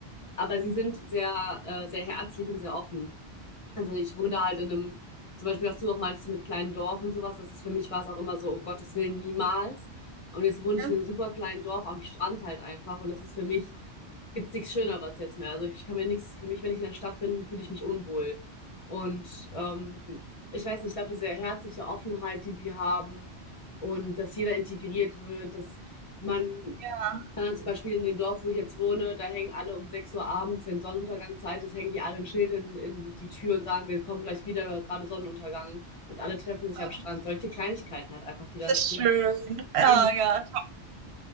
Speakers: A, on the left; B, on the right.
A: Aber sie sind sehr, äh, sehr herzlich und sehr offen. Also ich wohne halt in einem, zum Beispiel, was du auch meintest so mit kleinen Dorf und sowas, das ist für mich war es auch immer so, oh Gottes Willen, niemals. Und jetzt wohne ich
B: Mhm.
A: in einem super kleinen Dorf am Strand halt einfach und das ist für mich, gibt's nichts Schöneres jetzt mehr. Also ich kann mir nichts, für mich, wenn ich in der Stadt bin, fühle ich mich unwohl. Und ähm, ich weiß nicht, ich glaube, diese herzliche Offenheit, die die haben und dass jeder integriert wird, dass man
B: Ja,
A: dann zum Beispiel in dem Dorf, wo ich jetzt wohne, da hängen alle um 6 Uhr abends, wenn Sonnenuntergangszeit ist, hängen die alle ein Schild in, in die Tür und sagen, wir kommen gleich wieder, gerade Sonnenuntergang. Und alle treffen sich
B: ähm,
A: am Strand. Solche Kleinigkeiten halt einfach, die dann
B: das
A: das
B: ist
A: Leben.
B: schön. Ja,
A: Leben-
B: ja.